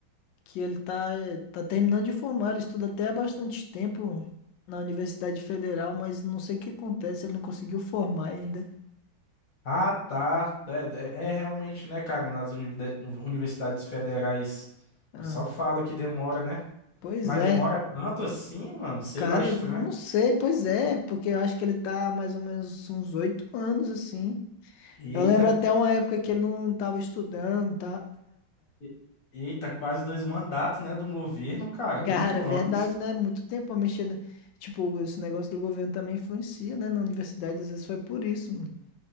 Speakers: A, on the left (about 70°); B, on the left (about 50°).
A: que ele tá, eh, tá terminando de formar, ele estuda até há bastante tempo na Universidade Federal, mas não sei o que acontece, ele não conseguiu formar ainda.
B: Ah, tá. É, é- é realmente, né, cara? Nas univide- universidades federais,
A: Ah,
B: o pessoal fala que demora, né?
A: pois
B: Mas
A: é,
B: demora tanto assim, mano? Sei
A: Cara,
B: lá, estranho.
A: não sei, pois é, porque eu acho que ele tá mais ou menos uns oito anos, assim.
B: Eita,
A: Eu lembro até uma época que ele não tava estudando, tá?
B: e- eita, quase dois mandatos, né, de um governo, cara.
A: Cara,
B: Oito
A: é
B: anos.
A: verdade, né? Muito tempo a mexer, né? Tipo, esse negócio do governo também influencia, né? Na universidade, às vezes foi por isso, mano.